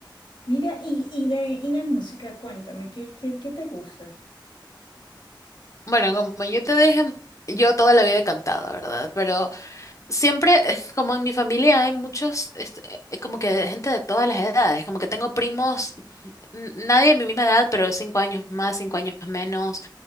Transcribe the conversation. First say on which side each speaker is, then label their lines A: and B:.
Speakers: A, on the left; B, on the left.
A: Mira, y, y de, y de música, cuéntame, ¿qué, qué, qué te gusta?
B: Bueno, como yo te dije, yo toda la vida he cantado, ¿verdad? Pero siempre, eh, como en mi familia hay muchos, este, eh, como que de gente de todas las edades, como que tengo primos n- nadie de mi misma edad, pero cinco años más, cinco años menos,